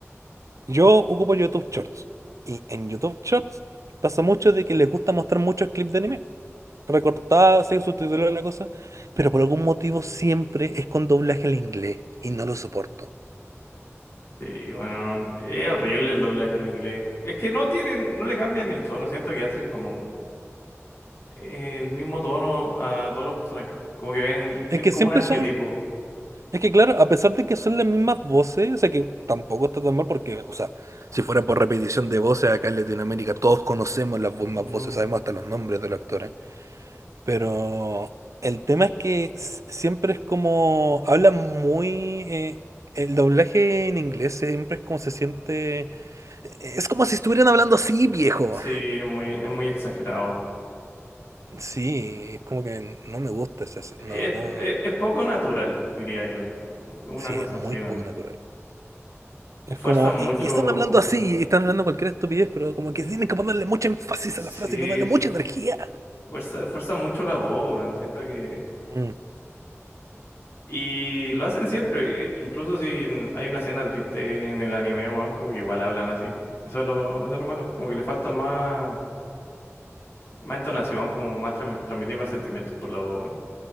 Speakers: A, on the right; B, on the left.
A: Yo ocupo YouTube Shorts y en YouTube Shorts pasa mucho de que les gusta mostrar muchos clips de anime, recortados, así, subtitulados, la cosa, pero por algún motivo siempre es con doblaje al inglés y no lo soporto.
B: Sí, bueno, es horrible el doblaje en inglés. Es que no tienen, no le cambian ni el tono, siento que hacen como el mismo tono a todos los personajes, como que ven, tienen
A: Es que
B: como
A: siempre
B: un arquetipo.
A: son Es que claro, a pesar de que son las mismas voces, o sea que tampoco está tan mal porque, o sea, si fuera por repetición de voces acá en Latinoamérica todos conocemos las mismas
B: Ujú.
A: voces, sabemos hasta los nombres de los actores. Pero el tema es que s- siempre es como, hablan muy... eh, el doblaje en inglés siempre es como se siente... e-, Es como si estuvieran hablando así, viejo.
B: Sí, es muy, es muy exagerado.
A: Sí, es como que no me gusta ese... No,
B: Es,
A: no,
B: es, es poco natural, diría yo. Una
A: sí,
B: cosa
A: es muy
B: así. man.
A: poco natural. Es
B: Fuerzan
A: como,
B: mucho.
A: y, y están hablando así, y están hablando cualquier estupidez, pero como que tienen que ponerle mucho énfasis
B: Sí,
A: a la frase y ponerle
B: f-
A: mucha energía.
B: fuerza, fuerzan mucho la voz. man. Siento que.
A: Mm,
B: Y lo hacen siempre. Incluso si hay una escena triste en el anime, weón, como que igual hablan así. Eso es lo, eso es lo malo. Como que le falta más, más entonación, como más transmi- transmitir más sentimientos por la voz, weón.